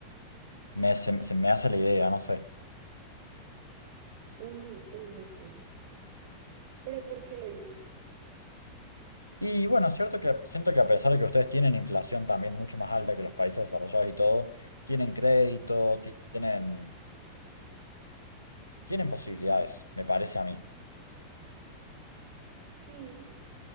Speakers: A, on the left; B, on the right.
A: me, se, se me hace la idea, no sé.
B: Un, uy, no sé. Pero ¿por qué lo dices?
A: Y bueno, es cierto que siento que a pesar de que ustedes tienen inflación también mucho más alta que los países desarrollados y todo, tienen crédito, ti- tienen, tienen posibilidades, me parece a mí.
B: Sí.